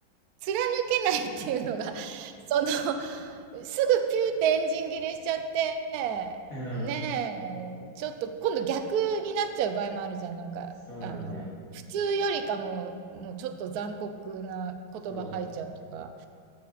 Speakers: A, on the right (about 70°); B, on the left (about 45°).
A: 貫けないっていうのが、<laughs> その、すぐピューってエンジン切れしちゃって、
B: い。うん。
A: ねえ、ちょっと今度逆になっちゃう場合もあるじゃん。なんか、
B: そうなんだよ。
A: あの、普通よりかも、もうちょっと残酷な言葉吐いちゃうとか、
B: そ